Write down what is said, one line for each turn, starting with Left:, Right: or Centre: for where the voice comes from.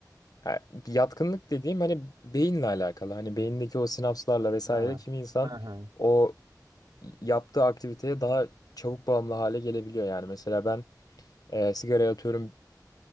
Left: ha, yatkınlık dediğim hani beyinle alakalı. Hani beyindeki o sinapslarla vesaire
Right: Ha.
Left: kimi insan
Right: Ha, ha.
Left: o yaptığı aktiviteye daha çabuk bağımlı hale gelebiliyor yani. Mesela ben e, sigaraya atıyorum